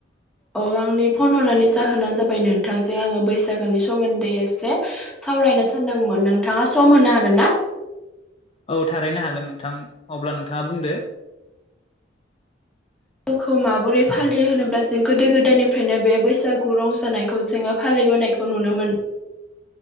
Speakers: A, in the centre; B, on the left.
A: अ आंनि फन हरनानै जाहोनानो जाबाय नोंथांजों आङो बैसागोनि सोमोन्दै एसे सावरायनो सानदोंमोन नोंथाङा सम होनो हागोन ना?
B: औ थारैनो हागोन नोंथां अब्ला नोंथाङा बुंदो।
A: खौ माबोरै फालियो होनोब्ला जों गोदो गोदायनिफ्रायनो बे बैसागु रंजानायखौ जोङो फालिबोनायखौ खौ नुनो मोनो।